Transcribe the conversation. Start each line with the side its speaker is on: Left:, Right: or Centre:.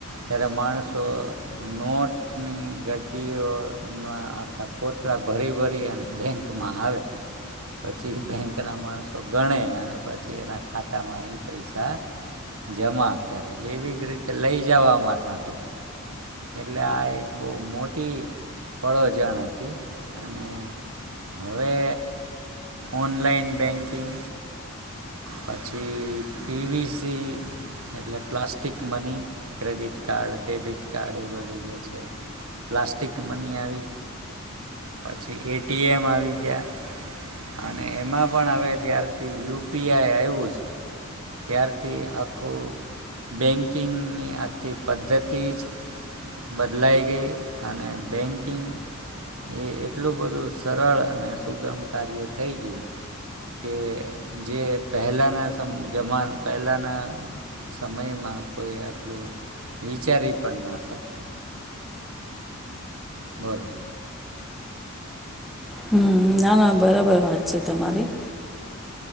Right: ત્યારે માણસો નોટની ગડડીઓના આખા કોથળા ભરી ભરી અને બેંકમાં આવે પછી બેંક કના માણસો ગણે અને પછી એના ખાતામાં એ પૈસા જમા કરે. એવી જ રીતે લઈ જવામાં થતું એટલે આ એક બહુ મોટી પળોજણ હતી અને હવે ઓનલાઈન બેંકિંગ પછી પીવીસી એટલે plastic money, credit card, debit card એ બધું જે છે પ્લાસ્ટિક મની આવી પછી એ ટી એમ આવી ગયા અને એમાં પણ આવે જ્યારથી યુ પી આઈ આવ્યું છે ત્યારથી આખું બેન્કિંગની આખી પદ્ધતિ જ બદલાઈ ગઈ અને બેન્કિંગ એ એટલું બધું સરળ અને સુગમ કાર્ય થઈ ગયું કે જે પહેલાના સમ જમા પહેલાના સમયમાં કોઈ આટલું વિચારી પણ ના શકે. બોલો.
Centre: હમ્મ. ના ના બરાબર વાત છે તમારી.